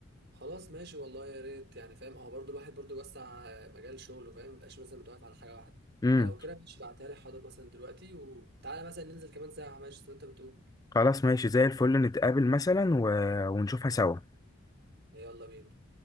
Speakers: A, on the right; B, on the left.
A: خلاص ماشي والله يا ريت يعني فاهم اهو برضو الواحد برضو يوسع مجال شغله فاهم مبقاش مثلا متوقف على حاجه واحده
B: امم
A: فلو كده ماشي بعتها لي حاضر مثلا دلوقتي وتعالى مثلا ننزل كمان ساعه ماشي زي ما انت بتقول
B: خلاص ماشي زي الفل نتقابل مثلا و- ونشوفها سوا
A: يلا بينا